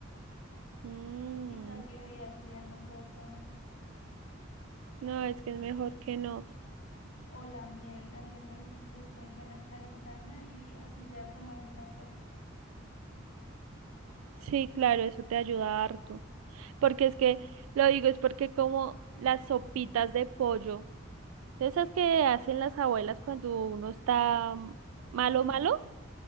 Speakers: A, on the right; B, on the left.
A: Mm,
B: y casi bebidas frías no puedo tomar.
A: no, es que es mejor que no.
B: O la miel, la miel me dicen que es muy buena calentarla y así sea tomármela sola,
A: Sí, claro, eso te ayuda harto. Porque es que, lo digo, es porque como las sopitas de pollo, de esas que hacen las abuelas cuando uno está
B: enfermo.
A: malo, malo.